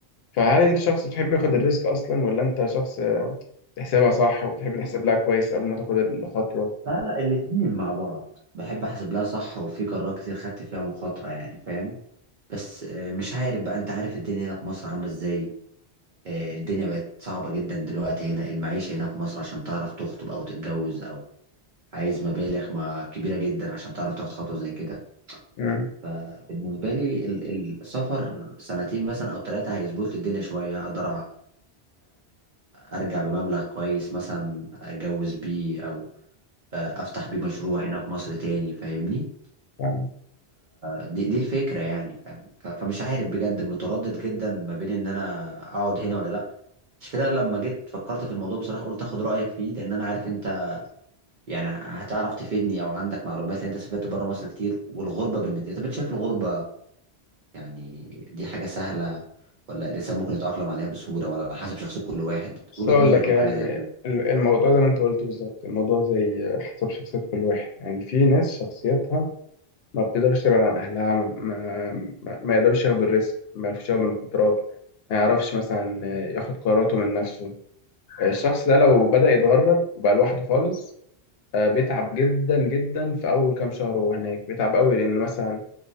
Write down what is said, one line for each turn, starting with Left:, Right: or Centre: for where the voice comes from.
Left: فهل انت شخص بتحب
Right: مم.
Left: ياخد الريسك اصلا ولا انت شخص آه، بتحسبها صح وبتحب تحسب لها كويس قبل ما تاخد الخطوة؟
Right: لا لا الاتنين مع بعض بحب احسب لها صح وفي قرارات كتير خدت فيها مخاطرة يعني فاهم بس آه، مش عارف بقى انت عارف الدنيا هنا في مصر عاملة ازاي آه، الدنيا بقت صعبة جدا دلوقتي هنا المعيشة هنا في مصر عشان تعرف تخطب او تتجوز او عايز مبالغ ما كبيرة جدا عشان تعرف تاخد خطوة زي كده
Left: امم
Right: فبالنسبة لي ال- ال- السفر سنتين مثلا او ثلاثة هيظبط لي الدنيا شوية اقدر أ- أ- ارجع بمبلغ كويس مثلا اتجوز بيه او آه، افتح بيه مشروع هنا في مصر تاني فاهمني
Left: فاهم
Right: دي, دي الفكرة يعني فاهم ف- فمش عارف بجد متردد جدا ما بين ان انا اقعد هنا ولا لا مش كده لما جيت فكرت في الموضوع بصراحة قلت اخد رأيك فيه لان انا عارف انت يعني هتعرف تفيدني او عندك معلومات لان انت سافرت بره مصر كتير والغربة بالنسبة انت بتشايف الغربة يعني دي حاجة سهلة ولا الانسان ممكن يتأقلم عليها بسهولة ولا على حسب شخصية كل واحد
Left: بس
Right: وجهة
Left: اقول
Right: نظرك
Left: لك
Right: ايه
Left: يعني
Right: في حاجة زي كده
Left: ال- الموضوع زي ما انت قلت بالظبط الموضوع زي آه، حسب شخصية كل واحد يعني في ناس شخصيتها ما بتقدرش تبعد عن أهلها ما, ما, ما ما يقدرش ياخد الريسك ما يعرفش ياخد المخاطرات ما يعرفش مثلا ياخد قراراته من نفسه الشخص ده لو بدأ يتغرب وبقى لوحده خالص آه، بيتعب جدا جدا في أول كام شهر وهو هناك بيتعب قوي لأن مثلا